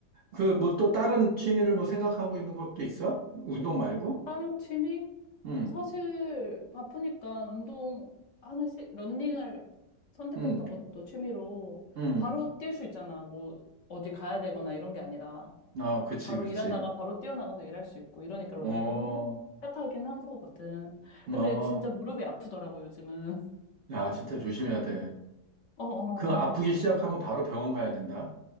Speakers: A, on the right (about 80°); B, on the left (about 60°).
A: 그 뭐 또 다른 취미를 뭐 생각하고 있는 것도 있어? 운동 말고?
B: 다른 취미?
A: 음.
B: 사실 바쁘니까 운동 하나씩 러닝을 선택했던
A: 음.
B: 것도 취미로
A: 음.
B: 바로 뛸 수 있잖아. 뭐 어디 가야 되거나 이런 게 아니라
A: 아, 그치,
B: 바로
A: 그치.
B: 일하다가 바로 뛰어나가서 일할 수 있고 이러니까 러닝을
A: 어.
B: 한 거, 시작하긴 한 거거든.
A: 어.
B: 근데 진짜 무릎이 아프더라고 요즘은. <laughs>
A: 야, 진짜 조심해야 돼.
B: 어, 어,
A: 그 아프기
B: 어.
A: 시작하면 바로 병원 가야 된다.